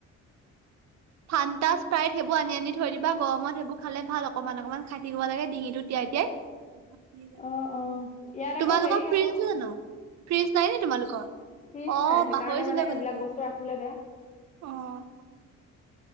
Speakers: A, on the right; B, on the left.
A: ফান্তা স্প্ৰাইট সেইবোৰ আনি আনি থৈ দিবা গৰমত সেইবোৰ খালে ভাল অকনমান অকণমান খাই থাকিব লাগে ডিঙিটোত তিয়াই তিয়াই।
B: উম, ইয়াত আকৌ
A: তোমালোকৰ
B: হেৰি
A: ফ্ৰিজ
B: আকৌ
A: আছে জানো? ফ্ৰিজ নাই নেকি তোমালোকৰ।
B: ফ্ৰিজ
A: অ'
B: নাই সেইকাৰণে
A: পাহৰিছিলা
B: মানে সেইবিলাক
A: কথাটো।
B: বস্তু ৰাখিবলৈ বেয়া
A: অ'।